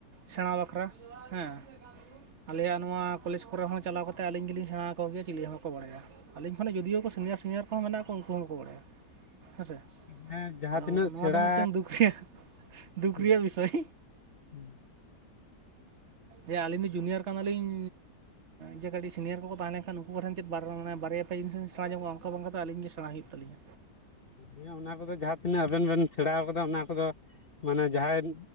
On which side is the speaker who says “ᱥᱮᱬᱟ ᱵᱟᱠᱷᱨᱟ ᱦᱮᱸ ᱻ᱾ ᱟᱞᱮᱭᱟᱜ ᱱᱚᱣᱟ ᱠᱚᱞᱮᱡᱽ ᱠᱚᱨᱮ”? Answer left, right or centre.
Right